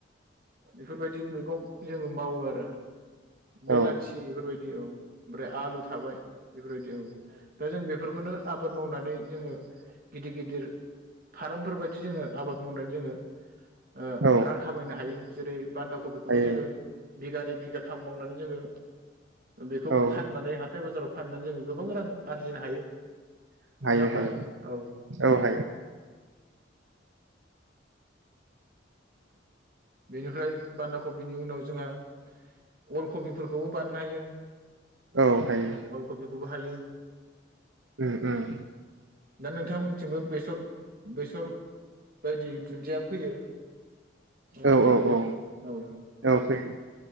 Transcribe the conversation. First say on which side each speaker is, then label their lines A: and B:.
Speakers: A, on the right; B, on the right.
A: बेफोरबायदि मैगं जोङो मावो आरो बेलाथि
B: औ
A: इफोरबायदि दि औ। ओमफ्राय आलु थाबाय बेफोरबायदि औ दा जों बेफोरखौनो आबाद मावनानै जोङो गिदिर गिदिर फारामफोरबायदि जोङो आबाद मावनानै जोङो ओ
B: औ
A: रां खामायनो हायो। जेरै बान्दा कबिखौनो
B: हायो
A: जोङो बिगानै बिगाथाम मावनानै जोङो बेखौ
B: औ
A: फाननानै हाथाय बाजाराव फाननानै जों गोबां रां आरजिनो हायो
B: हायो
A: नङा होमबा
B: हायो
A: औ।
B: औ हायो
A: बेनिफ्राय बान्दा कबिनि उनाव जोंहा अल्ड कपिफोरखौबो बानायनो हायो।
B: औ हायो
A: अल कबिखौबो हायो।
B: उम उम।
A: दा नोंथांमोनथिंबो बेसर बेसर बायदि दुन्दिया फैयो। नोंथांमोननिखैबो
B: औ औ औ
A: औ।
B: औ फैयो